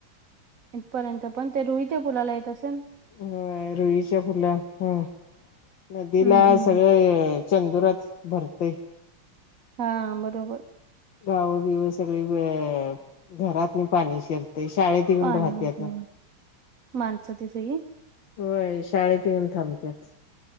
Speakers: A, on the right (about 45°); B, on the left (about 65°).
A: इथ पर्यंत पण ते रुईच्या पुलाला येत असेन.
B: व्हय रुईच्या पुला हं नदीला
A: हम्म हम्म
B: सगळे ऐ चंदुरात भरते.
A: हा बरोबर.
B: गावं-बिव सगळी वे घरातनी पाणी शिरते. शाळेत येऊन
A: पाणी
B: राहत्यात
A: येतंय
B: ना.
A: माणसं ती सई
B: व्हय शाळेत येऊन थांबत्यात.